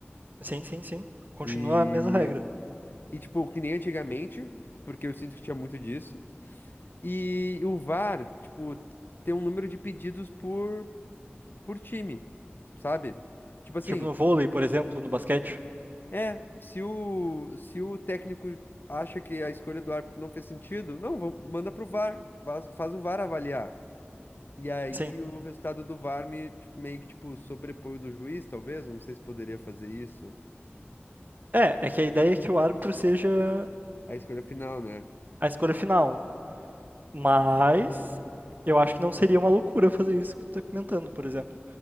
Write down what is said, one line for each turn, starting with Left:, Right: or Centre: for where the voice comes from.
Right: Sim, sim, sim. Continua
Left: E,
Right: a mesma regra.
Left: e, tipo, que nem antigamente, porque eu sinto que tinha muito disso. E o VAR, tipo, tem um número de pedidos por, por time, sabe? Tipo assim,
Right: Tipo no vôlei, por exemplo, no basquete.
Left: É, se o, se o técnico acha que a escolha do árbitro não fez sentido, não, vou- manda pro VAR, faz, faz o VAR avaliar. E aí
Right: Sim.
Left: o resultado do VAR me, ti- meio que, tipo, sobrepõe o do juiz, talvez, não sei se poderia fazer isso.
Right: É, é que a ideia é que o árbitro seja
Left: A escolha final, né?
Right: a escolha final. Mas eu acho que não seria uma loucura fazer isso que tu tá comentando, por exemplo.